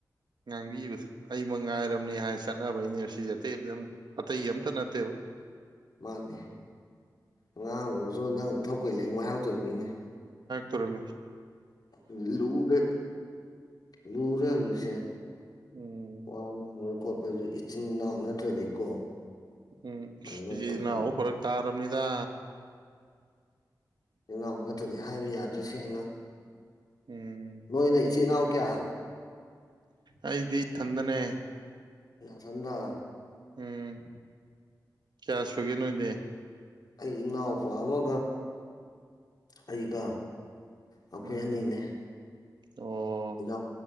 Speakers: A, on the right; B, on the left.
A: ꯉꯥꯡꯕꯤꯕꯗ ꯑꯩꯃ ꯉꯥꯏꯔꯝꯅꯤ ꯍꯥꯏ ꯆꯠꯅꯕꯩꯅꯦꯕ ꯁꯤꯁꯦ ꯑꯇꯩ ꯑ ꯑꯇꯩ ꯑꯝꯇ ꯅꯠꯇꯦꯕ
B: ꯃꯥꯅꯦ ꯉꯥꯡ ꯑꯣꯏꯨꯔꯁꯨ ꯅꯪ ꯊꯧ ꯀꯨꯩ ꯂꯩ ꯉꯥꯏꯍꯥꯛꯇꯣꯏ ꯃꯤꯅꯦ
A: ꯇꯔ ꯃꯤꯁ
B: ꯎ ꯂꯨꯔꯦ ꯂꯨꯔꯦ ꯍꯧꯖꯤꯛꯁꯦ
A: ꯎꯝ
B: ꯋꯥ ꯈꯣꯠꯄꯁꯨ ꯏꯆꯤꯟ ꯏꯅꯥꯎ ꯅꯠꯇ꯭ꯔꯗꯤꯀꯣ
A: ꯎꯝ
B: ꯑꯗꯨ
A: ꯁꯤꯅꯎ
B: ꯅꯠꯇꯕꯅꯤ
A: ꯐꯔꯛ ꯇꯥ ꯔꯝꯅꯤꯗ
B: ꯏꯅꯥꯎ ꯅꯠꯇ꯭ꯔꯗꯤ ꯍꯥꯏꯕ ꯌꯥꯗ꯭ꯔꯦ ꯁꯦꯡꯅ
A: ꯎꯝ
B: ꯅꯣꯏ ꯅꯣꯏ ꯆꯤꯅꯥ ꯀꯌꯥ
A: ꯑꯩꯗꯤ ꯑꯤꯊꯟꯗ ꯅꯦ
B: ꯆꯟꯗ
A: ꯎꯝ ꯀꯌꯥ ꯁꯨꯒꯦ ꯅꯣꯏꯗꯤ
B: ꯑꯩ ꯏꯅꯥꯎꯄꯥ ꯑꯃꯒ ꯑꯩꯒ ꯑꯩꯈꯣꯏ
A: ꯎꯝ
B: ꯑꯅꯤꯅꯦ
A: ꯑꯣ
B: ꯏꯣ